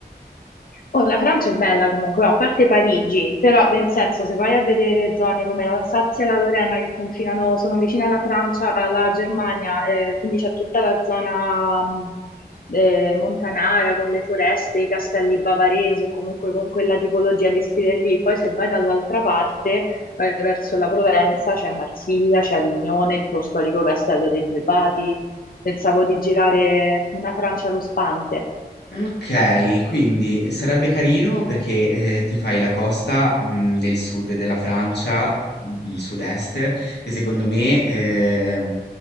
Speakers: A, on the left; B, on the left.
A: Oh, la Francia è bella comunque, a parte Parigi, però nel senso se vai a vedere zone come l'Alsazia e la Lorena che confinano, sono vicine alla Francia, alla Germania, eh, quindi c'è tutta la zona mh, eh, montanara con le foreste, i castelli bavaresi o comunque con quella tipologia di stile lì. Poi se vai dall'altra parte, vai verso la Provenza, c'è Marsiglia, c'è Avignone, lo storico castello dei due papi. Pensavo di girare una Francia ruspante.
B: Okay, quindi, ehm, sarebbe carino perché, ehm, ti fai la costa, mhmm, del sud della Francia, mhmm, sud-est, che secondo me, ehm,